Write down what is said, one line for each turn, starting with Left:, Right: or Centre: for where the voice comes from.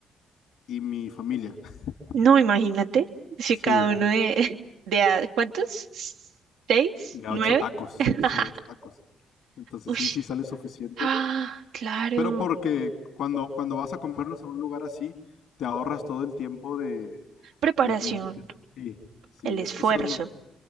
Left: y mi familia. <laughs>
Right: no, imagínate,
Left: Sí,
Right: si cada uno de, <laughs> de a- ¿cuántos? ¿Seis?
Left: ya
Right: ¿Nueve?
Left: ocho tacos,
Right: <laughs>
Left: sí, ocho tacos. Entonces,
Right: Ush,
Left: sí, sí sale suficiente.
Right: ah, claro.
Left: Pero porque cuando, cuando vas a comerlos a un lugar así, te ahorras todo el tiempo de,
Right: Preparación,
Left: de tener que... Sí, sí,
Right: el esfuerzo.
Left: es- eso es lo,